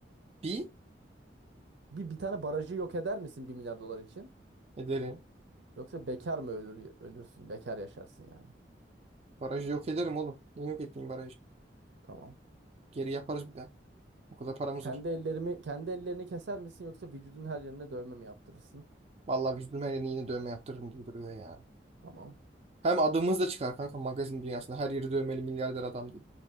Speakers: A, on the right; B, on the right.
A: Bir
B: Bir bir tane barajı yok eder misin bir milyar dolar için?
A: ederim.
B: Yoksa bekar mı ölür ölürsün? Bekar yaşarsın yani.
A: Barajı yok ederim oğlum. Niye yok etmeyeyim barajı?
B: Tamam.
A: Geri yaparız bir daha. O kadar paramız
B: Kendi
A: var.
B: ellerimi kendi ellerini keser misin yoksa vücudun her yerine dövme mi yaptırırsın?
A: Vallahi vücudum her yerine yine dövme yaptırırım gibi duruyor ya.
B: Tamam.
A: Hem adımız da çıkar kanka magazin dünyasında. Her yeri dövmeli milyarder adam değil.